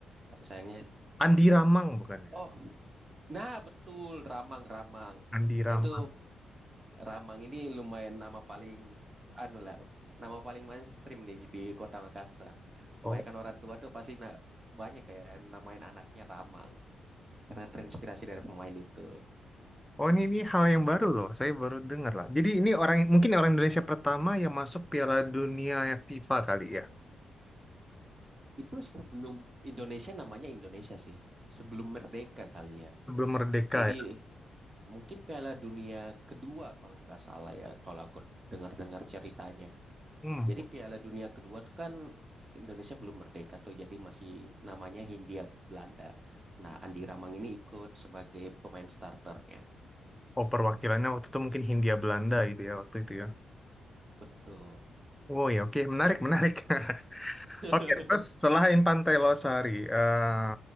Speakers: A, on the right (about 35°); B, in the centre.
A: Tapi sayangnya,
B: Andi Ramang bukan ya?
A: oh, nah betul, Ramang-Ramang.
B: Andi
A: Nah
B: Ramang.
A: itu Ramang ini lumayan nama paling anu lah, nama paling mainstream nih di Kota Makassar. Kebanyakan
B: Oh,
A: orang tua tuh pasti na- banyak kayak namain anaknya Ramang karena terinspirasi dari pemain itu.
B: oh ini ini hal yang baru loh. Saya baru dengar lah. Jadi ini orang mungkin orang Indonesia pertama yang masuk Piala Dunia FIFA kali ya.
A: Itu sebelum Indonesia namanya Indonesia sih, sebelum merdeka kali ya.
B: Sebelum merdeka
A: Jadi
B: ya.
A: mungkin Piala Dunia kedua kalau nggak salah ya, kalau aku dengar-dengar ceritanya.
B: Hmm.
A: Jadi Piala Dunia kedua tuh kan Indonesia belum merdeka tuh, jadi masih namanya Hindia Belanda. Nah, Andi Ramang ini ikut sebagai pemain starternya.
B: Oh, perwakilannya waktu itu mungkin Hindia Belanda gitu ya waktu itu ya.
A: Betul.
B: Oh ya, oke, menarik, menarik. <laughs>
A: <laughs>
B: Oke, terus selain Pantai Losari, eh